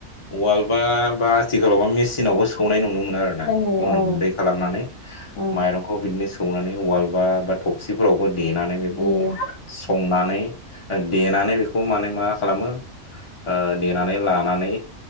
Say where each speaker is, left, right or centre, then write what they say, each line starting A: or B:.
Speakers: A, on the left (about 20°); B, on the left (about 65°).
A: वालबा बा आथिखालावबा मेसिनावबो स सौनाय नुनो मोनो आरोना
B: सौनाय नुयो
A: अन
B: औ
A: गुन्दै खालामनानै
B: ओ
A: माइरं बेखौ बिदिनो सौनानै उवालबा बा थबसिफोरावबो देनानै बेखौ
B: देयो
A: संनानै देनानै बेखौ माने मा खालामो देनानै लानानै